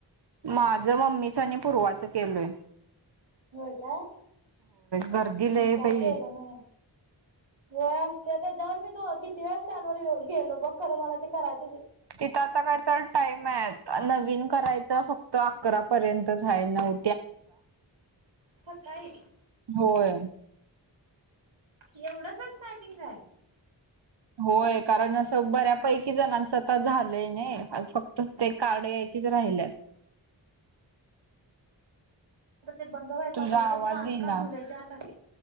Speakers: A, on the right (about 60°); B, on the right (about 85°).
A: माझं मम्मीच आणि पूर्वाचं केलय
B: होय काय
A: गर्दी लय
B: मी काय
A: बाई
B: केल न्हाई होय असते त्याच्यावर मी दो किती वेळा स्टँडवर गेलो बघ खर मला ते करायच
A: तिथं आता टाइम आहे नवीन करायचं फक्त अकरापर्यंत च आहे नवू
B: सकाळी
A: होय
B: एवढचच टायमिंग आहे
A: होय कारण असं बऱ्यापैकी जणांच तर झालंय नाही फक्त ते काढ ची च राहिलेत
B: आता ते बंद
A: तुझा
B: ऑगस्टच्या
A: आवाज
B: आत
A: येईना
B: का जुलैच्या आतात